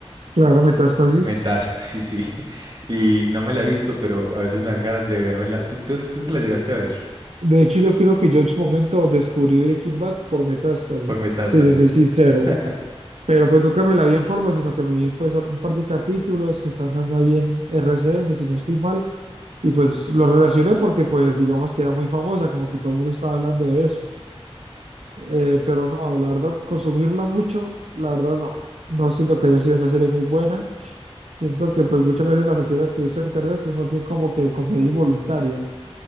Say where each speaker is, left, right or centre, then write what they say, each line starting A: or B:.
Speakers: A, on the right; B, on the right.
A: claro, Metástasis.
B: Metástasis, sí. Y no me la he visto, pero a veces me dan ganas de vérmela ¿Tú, tú, tú te la llegaste a ver
A: De hecho, yo creo que yo en su momento descubrí Breaking Bad por Metástasis,
B: por Metástasis?
A: si te soy sincero.
B: <laughs>
A: Pero pues nunca me la vi en forma, sino que me vi pues un par de capítulos que están dando ahí en RCN, si no estoy mal, y pues lo relacioné porque pues digamos que era muy famosa, como que todo el mundo estaba hablando de eso. Eh, pero no, la verdad, consumirla mucho, la verdad no. No siento que haya sido una serie muy buena. Siento que pues muchas veces las reseñas que he visto en internet son más bien como que comedia involuntaria.